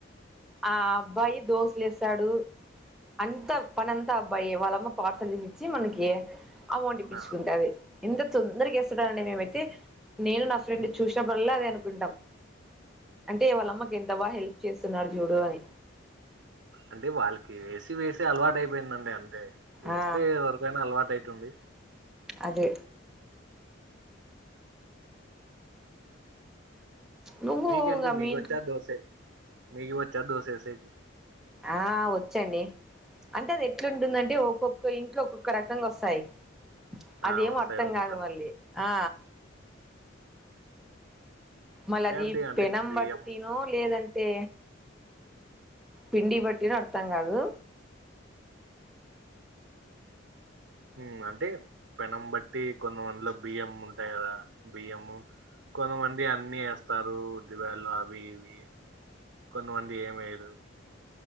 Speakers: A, in the centre; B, on the right.
A: ఆ అబ్బాయి దోస్లేసాడు అంత పనంతా అబ్బాయ వాళ్ళమ్మ పార్సల్ తీసి ఇచ్చి మనకి అమౌంట్ ఇప్పించుకుంటాది
B: ఆ!
A: ఎంత తొందరగా ఏస్తాడని మేమైతే నేను నా ఫ్రెండ్ చూసినప్పుడల్లా అదే అనుకుంటాం అంటే వాళ్ళమ్మకు ఎంత బాగా హెల్ప్ చేస్తున్నాడు జూడు అని
B: అంటే వాళ్ళకి వేసి వేసి అలవాటు అయిపోయిందండి అంతే వేస్తే
A: ఆ
B: ఎవరికైనా అలవాటు అయితుంది
A: అదే నువ్వు
B: మీకేండి
A: ఇంగ
B: మీకు
A: మీ ఇంట్లో
B: వచ్చా దోసే మీకు వచ్చా దోసె ఏసేకి
A: ఆ వచ్చు అండి అంటే అది ఎట్లుంటుందంటే ఒక్కొక్క ఇంట్లో ఒక్కొక్క రకంగా వస్తాయ్ అదేం
B: ఆ! వస్తాయి
A: అర్థం
B: ఒక్కొక్కరికి.
A: కాదు మళ్ళీ ఆ మళ్ళ
B: అంతే
A: అది
B: అండి. అంటే
A: పెనం
B: బియ్యం
A: బట్టినో లేదంటే పిండి బట్టినో అర్థం కాదు
B: ఉమ్ అంటే పెనం బట్టి కొంతమందిలో బియ్యం ఉంటాయ్ కదా బియ్యము కొంతమంది అన్నీ ఏస్తారు ఉద్దిబేడ్లు అవి ఇవి కొంతమంది ఏమెయ్యరు